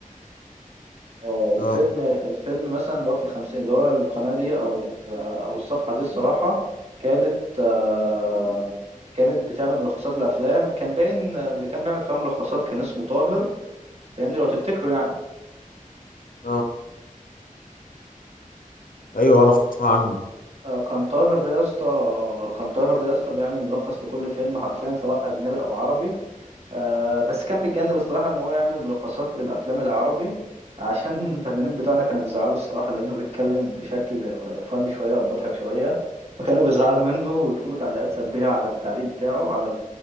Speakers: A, on the right (about 45°); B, on the left (about 80°).
A: آه، الفيلم
B: اه
A: الفيلم مثلا اللي هو في الخمسين اللي هو القناة دي أو ال- أو الصفحة دي الصراحة كانت آه، كانت بتعمل ملخصات الأفلام كان باين اللي كان بيعمل فيها ملخصات كان اسمه طاهر فاهمني لو تفتكره يعني
B: اه ايوه اعرف اسمع عنه
A: آه، كان طاهر ده يا اسطى كان طاهر ده يا اسطى بيعمل ملخص لكل فيلم حرفيا سواء أجنبي أو عربي آه، بس كان بيتجنب الصراحة إن هو يعمل ملخصات للأفلام العربي عشان <laughs> الفنانين بتوعنا كانوا بيزعلوا الصراحة لأنه بيتكلم بشكل فاني شوية أو مضحك شوية فكانوا بيزعلوا منه ويكتبوا تعليقات سلبية على التعليق بتاعه على